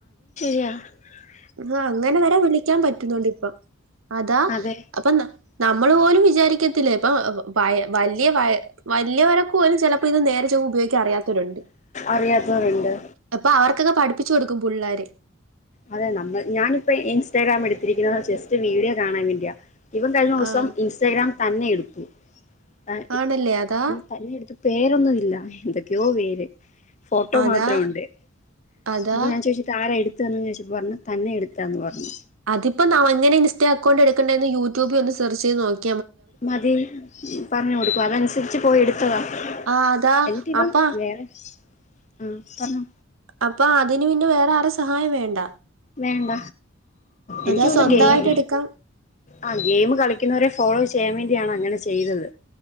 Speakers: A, on the left; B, on the right.
A: പ <unintelligible>
B: ആ അങ്ങനെ വരെ വിളിക്കാൻ പറ്റുന്നുണ്ട് ഇപ്പം. അതാ
A: അതെ
B: അപ്പൊ നമ്മൾ പോലും വിചാരിക്കത്തില്ല ഇപ്പൊ വയ വലിയ വയ വലിയ വരെക്ക പോലും ചിലപ്പോ ഇത് നേരെ ചൊവ്വേ ഉപയോഗിക്കൻ അറിയാത്തവരുണ്ട്
A: അറിയാത്തവരുണ്ട്
B: അപ്പൊ അവർക്ക് ൊക്കെ പഠിിച്ചു കൊടുക്കും പിള്ളാര്
A: അതെ നമ്മൾ ഞാനിപ്പ ഇൻസ്റ്റാഗ്രാം എടുത്തിരിക്കുന്ന ജസ്റ്റ് വീഡിയോ കാണാൻ വേണ്ടിയാ. ഇവൻ കഴിഞ്ഞ ദിവസം
B: ആഹ്
A: ഇൻസ്റ്റഗ്രാം തന്നെ എടുത്തു. ആ
B: ആണല്ലേ അതാ
A: തന്നെ എടുത്ത് പേരൊന്നും ഇല്ല എന്തൊക്കെയോ പേര് ഫോട്ടോ
B: അതാ
A: മാത്രം ഉണ്ട്
B: അതാ
A: അപ്പൊ ഞാൻ ചോദിച്ചിട്ട് ആരാ എടു എടു ചദച്ചി പറഞ്ഞാൽ തന്നെ എടുത്താന്ന് പറഞ്ഞു <unintelligible>
B: അതിപ്പോ നാംങ്ങനെ ഇൻസ്റ്റ അക്കൗണ്ട് എടുക്കണ്ണ്ടെന്ന് യൂട്യൂബിൽ ഒന്ന് സെർച്ച് ചെയ്ത് നോക്കി
A: മതി പറഞ്ഞു കൊടുക്കും അതനുസരിച്ച് പോയി എടുത്തതാ
B: ആഹ് അതാ
A: എനിട്ടിവൻ
B: അപ്പ
A: വേറെ ആഹ പറഞ്ഞോ
B: അപ്പൊ അതിന് പിന്നെ വേറെ ആരു സഹായം വേണ്ട
A: വേണ്ട എനിക്ക്
B: അതാ
A: തോന്നുന്നു
B: സ്വന്തമായിട്ട്
A: ഗെയിം
B: എടുക്കാം
A: ആ ഗെയിം കളിക്കുന്നവരെ ഫോളോ ചെയ്യാൻ വേണ്ടിയാണ് അങ്ങനെ ചെയ്തത്